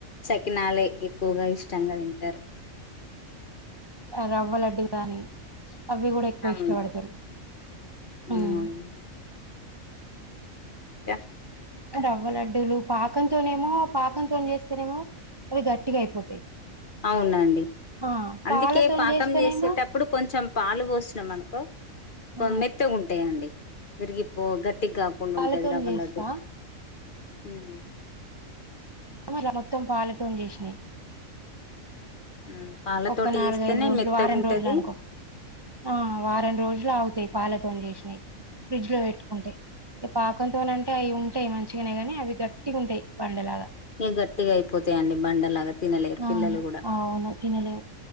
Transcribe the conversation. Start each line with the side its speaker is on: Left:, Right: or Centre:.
Left: చకినాలే ఎక్కువగా ఇష్టంగా తింటారు
Right: రవ్వలడ్డు కాని అవి కూడా ఎక్కువ
Left: అవును
Right: ఇష్టపడతారు హ్మ్
Left: అవునండి ఇంకా
Right: రవ్వ లడ్డూలు పాకంతోనేమో పాకంతో చేస్తేనేమో అవి గట్టిగా అయిపోతాయి
Left: అవునండి
Right: ఆ
Left: అందుకే
Right: పాలతోని
Left: పాకం
Right: చేస్తేనేమో
Left: చేసేటప్పుడు కొంచెం పాలు పోసినం అనుకో కొ
Right: ఆ
Left: మెత్తగా ఉంటాయండి విరిగి పో గట్టికి కాకుండా
Right: పాలతోని
Left: ఉంటది రవ్వలడ్డు
Right: చేస్తా
Left: హ్మ్
Right: ఇట్ల మొత్తం పల్తోని చేసినాయి
Left: ఉమ్ పాలతోటి
Right: ఒక నాలుగఐదు
Left: చేస్తేనే
Right: రోజులు
Left: మెత్తగా
Right: వారం
Left: ఉంటది
Right: రోజులు అనుకో ఆ వారం రోజులు అగుతాయి పాలతోని చేసిన్ ఇ ఫ్రిడ్జ్ లో పెట్టుకుంటే పాకంతోనంటే అవి ఉంటాయి మంచ మంచినే గానీ అవి గట్టిగా ఉంటాయి బండలాగా
Left: ఇ గట్టిగా అయిపోతాయిండి బండలాగా తినలేరు
Right: ఆ
Left: పిల్లలు కూడా
Right: అవును తినలేము